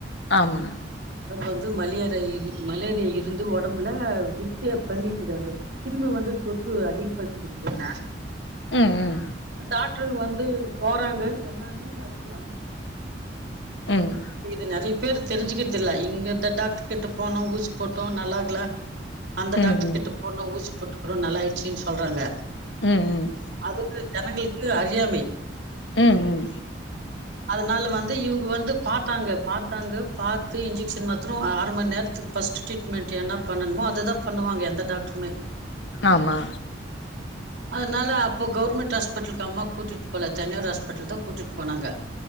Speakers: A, on the left (about 70°); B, on the right (about 65°).
A: ஆமா
B: வந்து மலேரி மலேரியா இருந்து உடம்புல விர்த்திய பண்ணிக்குது அந்த கிருமி வந்து தொற்று அதிகப்படுத்தக்குதுன்னா
A: ம் ம்
B: டாக்டர் வந் து போறாங்க என்னன்னு அதுக்கு அன்னைக்கு
A: ம்
B: இது நறை பேர் தெரிஞ்சுக்கதில்ல இங்க இந்த டாக்டர் கிட்ட போனா ஊசி போட் அப்போவும் நல் ஆகல அந்த
A: ம்
B: டாக்டர்
A: ம்
B: கிட்ட போண்ண ஊசி போட்டுக்றோம் நல்லாயிடுச்சுன்னு சொல்றாங்க
A: ம் ம்
B: அதுக்கு ஜனங்களுக்கு அறி இ எம் ஐ
A: ம் ம்
B: அதனால வந்து இவங்க வந்து பாத்தாங்க பாத்தாங்க பாத்து இன்ஜெக்ஷன் மாத்ரும் அ அர மணி நேரத்துக்கு ஃபஸ்ட் மெண்ட் என்ன பண்ணணுமோ அது தா பண்ணுவாங்க எந்த டாக்ட்ருமே
A: ஆமா
B: அதனால அப் ப்போ கவர்மென்ட் ஹாஸ்படுல்க்கு அம்மா கூட்டிட்டு போல தனியார் ஹாஸ்பிட்டலுக்கு தா கூட்டிட்டு போனாங்க